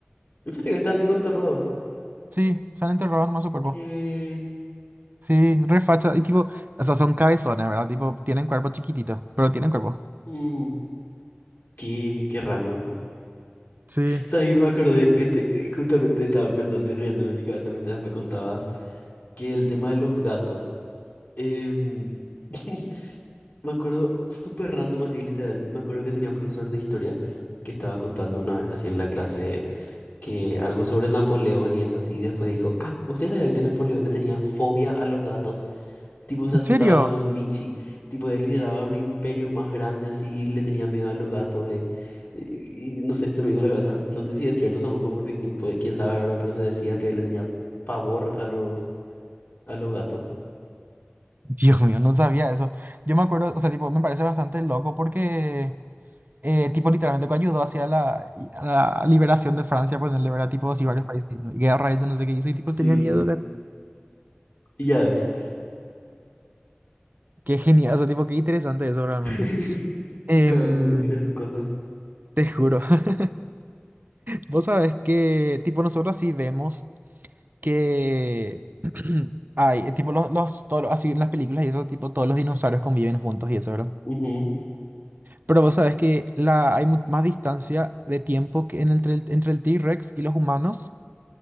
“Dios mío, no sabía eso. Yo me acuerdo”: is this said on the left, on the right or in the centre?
Right